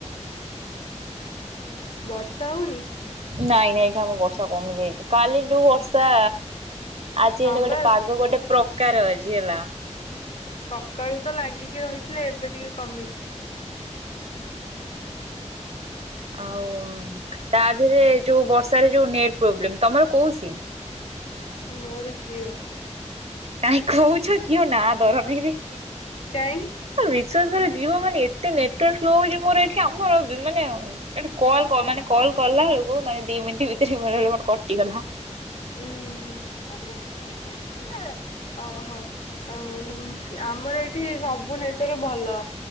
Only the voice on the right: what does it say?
ନାଇଁ ନାଇଁ ଆମର ଏଠି ବର୍ଷା କମି ଯାଇଛି କାଲି ଯୋଉ ବର୍ଷା। ଆଜି
ହେଲେ ଗୋଟେ
ପାଗ ଗୋଟେ ପ୍ରକାର ଆଜି ହେଲା।
ହଁ। ଆଉ ତା ଦେହରେ ଯୋଉ ବର୍ଷାରେ ଯୋଉ ନେଟ୍ ପ୍ରୋବ୍ଲେମ ତମର କୋଉ ସିମ୍।
କାହିଁ କହୁଛ ଜୀଓ ନା ଧରନୀ।
ବିଶ୍ୱାସ କରି ବେନି ଜୀଓ ମାନେ ଏତେ ନେଟୱାର୍କ ସ୍ଲୋ ହଉଛି ମୋର ଏଠି ଆମର ମାନେ। କଲ୍
ମାନେ କଲ୍ କଲା ବେଳକୁ ମାନେ ଦି ମିନିଟ୍ ଭିତରେ ବେଳେ ବଳେ ମୋର କଟିଗଲା।